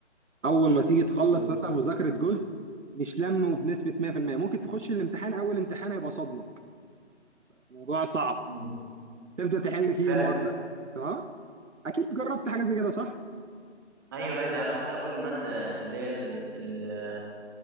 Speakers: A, on the right (about 85°); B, on the right (about 20°).
A: اول ما تيجي تخلص
B: مم.
A: مثلا مذاكره جزء مش لمه بنسبه 100% ممكن تخش الامتحان اول امتحان هيبقى صدمه موضوع صعب
B: مم.
A: تبدا تحل فيه
B: فعلا
A: مره تمام اكيد جربت حاجه زي كده صح
B: ايوه ايوه ده حتى اول ماده اللي هي ال- ال-